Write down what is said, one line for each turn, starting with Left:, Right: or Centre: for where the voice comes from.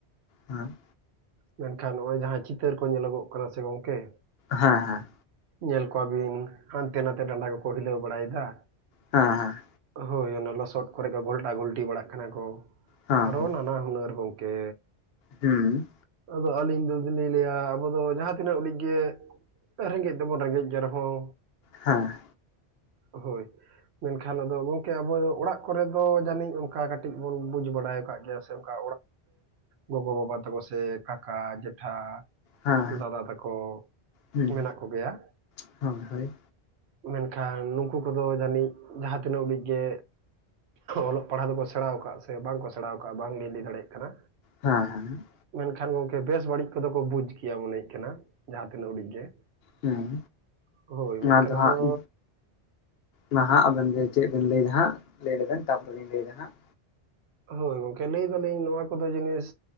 Left: ᱦᱮᱸ
Right: ᱢᱮᱱᱠᱷᱟᱱ ᱱᱚᱜ ᱚᱭ ᱡᱟᱦᱟᱸ ᱪᱤᱛᱟᱹᱨ ᱠᱚ ᱧᱮᱞᱚᱜᱚᱜ ᱠᱟᱱᱟ ᱥᱮ ᱜᱚᱝᱠᱮ
Left: ᱦᱮᱸ ᱦᱮᱸ
Right: ᱧᱮᱞ ᱠᱚᱣᱟᱵᱤᱱ ᱦᱟᱱᱛᱮ ᱱᱟᱛᱮ ᱰᱟᱸᱰᱟ ᱠᱚᱠᱚ ᱦᱤᱞᱟᱹᱣ ᱵᱟᱲᱟᱭᱫᱟ
Left: ᱦᱮᱸ ᱦᱮᱸ
Right: ᱦᱳᱭ ᱚᱱᱟ ᱞᱚᱥᱚᱫ ᱠᱚᱨᱮ ᱠᱚ ᱜᱷᱚᱞᱴᱟ ᱜᱷᱩᱞᱴᱤ ᱵᱟᱲᱟᱜ ᱠᱟᱱᱟ ᱠᱚ
Left: ᱦᱮᱸ ᱦᱮᱸ
Right: ᱟᱨᱚ ᱱᱟᱱᱟ ᱦᱩᱱᱟᱹᱨ ᱜᱚᱝᱠᱮ
Left: ᱦᱩᱸ
Right: ᱟᱫᱚ ᱟᱹᱞᱤᱧ ᱫᱚ ᱵᱤᱱ ᱞᱟᱹᱭᱟ ᱟᱵᱚ ᱫᱚ ᱡᱟᱦᱟᱸᱛᱤᱱᱟᱹᱜ ᱩᱰᱤᱡ ᱜᱮ ᱨᱮᱸᱜᱮᱡ ᱜᱮᱵᱚᱱ ᱨᱮᱸᱜᱮᱡ ᱜᱮ ᱨᱮᱦᱚᱸ
Left: ᱦᱮᱸ
Right: ᱦᱳᱭ ᱢᱮᱱᱠᱷᱟᱱ ᱟᱫᱚ ᱜᱚᱝᱠᱮ ᱟᱵᱚ ᱚᱲᱟᱜ ᱠᱚᱨᱮ ᱫᱚ ᱡᱟᱹᱱᱤᱡ ᱚᱱᱠᱟ ᱠᱟᱹᱴᱤᱡ ᱵᱚᱱ ᱵᱩᱡᱽ ᱵᱟᱲᱟᱭ ᱟᱠᱟᱫ ᱜᱮᱭᱟ ᱥᱮ ᱚᱱᱠᱟ ᱜᱚᱜᱚ ᱵᱟᱵᱟ ᱛᱟᱠᱚ ᱥᱮ ᱠᱟᱠᱟ ᱡᱮᱴᱷᱟ
Left: ᱦᱮᱸ
Right: ᱫᱟᱫᱟ ᱛᱟᱠᱚ
Left: ᱦᱮᱸ
Right: ᱢᱮᱱᱟᱜ ᱠᱚᱜᱮᱭᱟ᱾
Left: <unintelligible> ᱦᱳᱭ
Right: ᱢᱮᱱᱠᱷᱟᱱ ᱱᱩᱠᱩ ᱠᱚᱫᱚ ᱡᱟᱹᱱᱤᱡ ᱡᱟᱦᱟᱸ ᱛᱤᱱᱟᱹᱜ ᱩᱰᱤᱡ ᱜᱮ ᱚᱞᱚᱜ ᱯᱟᱲᱦᱟᱜ ᱫᱚᱠᱚ ᱥᱮᱬᱟᱣ ᱟᱠᱟᱫ ᱥᱮ ᱵᱟᱝ ᱠᱚ ᱥᱮᱬᱟ ᱟᱠᱟᱫᱼᱟ ᱵᱟᱝ ᱧᱤᱫᱟᱹᱭ ᱫᱟᱲᱮᱭᱟᱜ ᱠᱟᱱᱟ᱾
Left: ᱦᱮᱸ
Right: ᱢᱮᱱᱠᱷᱟᱱ ᱜᱚᱢᱠᱮ ᱵᱮᱥ ᱵᱟᱹᱲᱤᱡ ᱠᱚᱫᱚ ᱠᱚ ᱵᱩᱡ ᱜᱮᱭᱟ ᱢᱚᱱᱮᱦᱩᱜᱩᱜ ᱠᱟᱱᱟ ᱡᱟᱦᱟᱸ ᱛᱤᱱᱟᱹᱜ ᱦᱚᱰᱤᱡ ᱜᱮ᱾
Left: ᱦᱮᱸ
Right: ᱦᱳᱭ
Left: ᱚᱱᱟ
Right: ᱢᱮᱱᱠᱷᱟᱱ
Left: ᱫᱚ
Right: ᱟᱫᱚ
Left: ᱦᱟᱸᱜ ᱢᱟ ᱦᱟᱸᱜ ᱟᱵᱮᱱ ᱫᱚ ᱪᱮᱫ ᱵᱮᱱ ᱞᱟᱹᱭᱫᱟ ᱦᱟᱸᱜ ᱞᱟᱹᱭ ᱞᱮᱵᱮᱱ ᱛᱟᱯᱚᱨᱮ ᱞᱤᱧ ᱞᱟᱹᱭ ᱮᱫᱟ ᱦᱟᱸᱜ
Right: ᱦᱳᱭ ᱜᱚᱢᱠᱮ ᱞᱟᱹᱭ ᱫᱟᱞᱤᱧ ᱱᱚᱣᱟ ᱠᱚᱫᱚ ᱡᱤᱱᱤᱥ